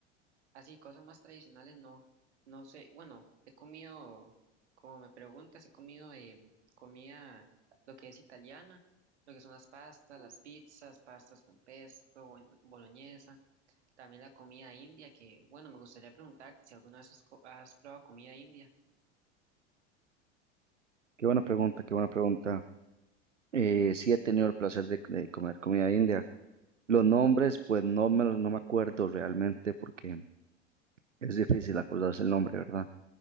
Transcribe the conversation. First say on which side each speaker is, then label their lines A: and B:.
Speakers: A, on the right (about 70°); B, on the right (about 85°).
A: así, cosas más tradicionales no, no sé, bueno, he comido, como me preguntas, he comido eh, comida, lo que es italiana, lo que son las pastas, las pizzas, pastas con pesto, bol- boloñesa, también la comida india, que bueno, me gustaría preguntarte si alguna vez has co- has probado comida india.
B: Qué buena pregunta, qué buena pregunta. Eh, sí he tenido el placer de, de comer comida india. Los nombres, pues no me, los- no me acuerdo realmente porque es difícil acordarse el nombre, ¿verdad?